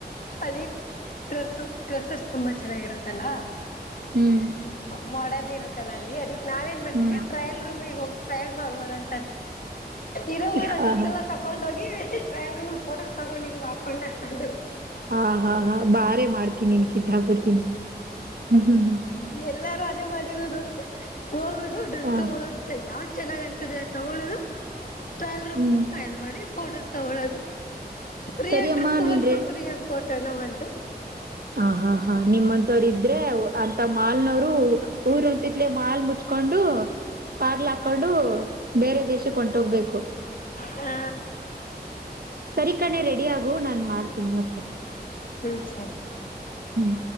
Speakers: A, on the left; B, on the right.
A: ಅಲ್ಲಿ ಸ ಟ್ರೆಸಸ್ ತುಂಬಾ ಚೆನ್ನಾಗಿರುತ್ತಲ್ಲ
B: ಹ್ಮ್
A: ಮ ಇರುತ್ತಲ್ಲ ಅಲ್ಲಿ ಅದಕ್ಕೆ ನಾವೇನ್ ಬಂದೀವಿ
B: ಹ್ಮ್
A: ಟ್ರಯಲ್ ರೂಮ್ಗ್ ಹೋಗಿ ಟ್ರಯಲ್ ಮಾಡಬಹದಂತ ಇರೋ
B: ಹಾ
A: ಡ್ರೆಸ್
B: ಹಾ
A: ಎಲ್ಲ ತಕೊಂಡ ಹೋಗಿ ಡೈವರ್ ೋಸ್ ತಗೊಂಡಿದೀ ಪೊಂಡ ಕಂಡು
B: ಹಾ ಹಾ ಹಾ ಬಾರೆ ಮಾಡ್ತೀನಿ ನಿನ್ ಕಿದ್ದಾಪತಿನ ಹ್ಮ್
A: ಎಲ್ಲರೂ ಅದೇ ಮಾಡ ಇರದು ಹೋಗೋದು ಡ್ರೆಸ್
B: ಹಾ
A: ತಗೊಳುತ್ತೆ ಯಾಕೆ ಚೆನ್ನಾಗ್ ಅನ್ಸಿದ್ರಿ ತಗೋಳೋುದು ಟ್ರಯಲ್ ರೂಮಿಗೆ
B: ಹ್ಮ್
A: ಹೋಗ ಟ್ರಯಲ್ ಮಾಡ ಫೋಟೋಸ್ ತಗೊಳ್ಳೋದು ಫೀಯಾಗಿ
B: ಸರಿ ಅಮ್ಮ
A: ಡ್ರೆಸ್
B: ನೀನ್ರೆ
A: ಬಂತು ಫ್ರಯ ಪೋಟ್ಟ ತನ ಬಂತ
B: ಹ ಹಾ ಹಾ ನಿಮ್ಮಂತವ್ರ ಇದ್ರೆ ಮಾಲ್ನವರು ಊರಂತಲ ಹಾಲ್ ಮುಚ್ಕೊಂಡು ಪಾರ್್ಲ ಹಾಕೊಂಡು ಬೇರೆ ದೇಶಕ್ಕೆ ಹೊಂಟೋಗ್ಬೇಕು
A: ಹಾ
B: ಸರಿಕಣೆ ರೆಡಿ ಆಗು ನಾನನ್ ಮಾಡ್ತೀನಿ ಮತ್ತೆ
A: ಹ್ಮ್ ಸರಿ
B: ಹ್ಮ್